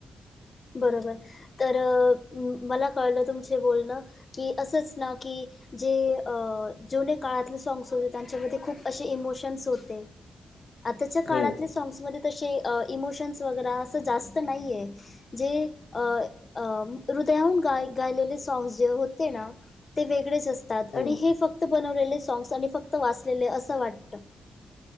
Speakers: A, on the left; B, on the left.
A: बरोबर. तर मला कळलं तुमचे बोलणं, की असंच न की जे अ जुने काळातले. साॅग्स् होते, त्यांच्यामध्ये खूप असे इमोशन्स होते.
B: <inaudible>
A: आताच्या काळातले
B: हो हो
A: सॉंग्समध्ये तशे अ इमोशन्स वगैरा असं जास्त नाहीये. जे अ.. अ.. हृदयाहून गाय गायलेले साॅग्स जे होते ण ते वेगळेच असतातं. आणि
B: हो.
A: हे फक्त बनवलेले सॉग्स आणि फक्त वाचलेले, असं वाटत